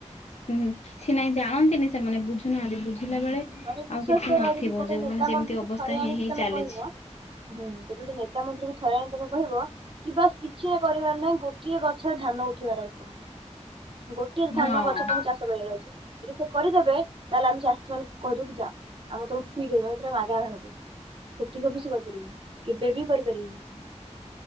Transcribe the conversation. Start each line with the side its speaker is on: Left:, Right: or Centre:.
Left: ହୁଁ, ହୁଁ କିଛି ନାହିଁ ଜାଣନ୍ତିନି ସେମାନେ। ବୁଝୁନାହାଁନ୍ତି, ବୁଝିଲା ବେଳେ
Right: ଥରେ ବିଶ୍ଵାସ
Left: ଆଉ କିଛି
Right: କର,
Left: ନଥିବ
Right: ଯଦି ଗୋଟେ
Left: ଯୋଉ
Right: ନେତା
Left: ମାନେ ଯେମିତି
Right: ମନ୍ତ୍ରୀକୁ
Left: ଅବସ୍ଥା
Right: ଥରେ
Left: ହେଇ
Right: ଆଣିକି
Left: ହେଇ
Right: ତମେ
Left: ଚାଲିଛି।
Right: କହିବ! ହୁଁ, ଯଦି ଗୁଟେ ନେତା ମନ୍ତ୍ରୀକୁ ଥରେଆଣି ତମେ କହିବ! କିବା କିଛି ବି କରିବାର ନାହିଁ। ଗୋଟିଏ ଗଛରେ ଧାନ ଉଠେଇବାର ଅଛି ତମକୁ। ଗୋଟେ ଧାନ
Left: ହଁ
Right: ଗଛ ତମକୁ ଚାଷ କରିବାର ଅଛି। ଯଦି ସେ କରିଦେବେ, ତାହେଲେ ଆମେ ଚାଷୀ ମାନକୁ କହିଦଉ ତୁ ଯାଅ, ଆମର ତମ ଫ୍ରୀରେ ପୁରା ମାଗେଣା ରେ ଆଣୁଚୁ। ସେତିକ ବି ସେ କରିପାରିବେନି? କେବେ ବି କରିପାରିବେନି ସେ।